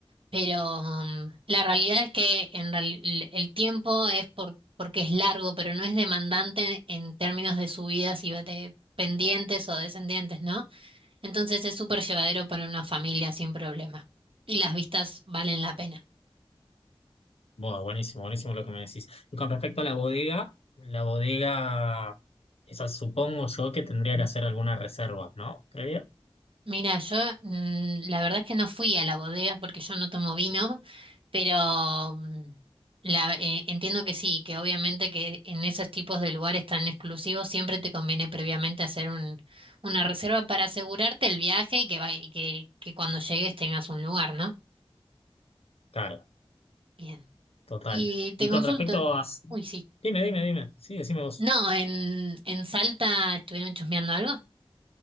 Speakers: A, on the right; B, on the left.
A: pero mm, la realidad es que en real- el el tiempo es por, porque es largo, pero no es demandante en términos de subidas y de pendientes o descendientes, ¿no? Entonces es súper llevadero para una familia sin problema. Y las vistas valen la pena.
B: Bueno, buenísimo, buenísimo lo que me decís. Y con respecto a la bodega, la bodega, esa supongo yo que tendría que hacer alguna reserva, ¿no? Previa.
A: Mira, yo mm, la verdad es que no fui a la bodega porque yo no tomo vino, pero mm, la- eh, entiendo que sí, que obviamente que en esos tipos de lugares tan exclusivos siempre te conviene previamente hacer un, una reserva para asegurarte el viaje y que, va- y que, que cuando llegues tengas un lugar, ¿no?
B: Claro.
A: Bien.
B: Total.
A: Y te
B: Y con
A: consulto.
B: respecto a...
A: Uy, sí.
B: Dime, dime, dime. Sí, decime vos.
A: No, en, en Salta estuvieron chusmeando algo.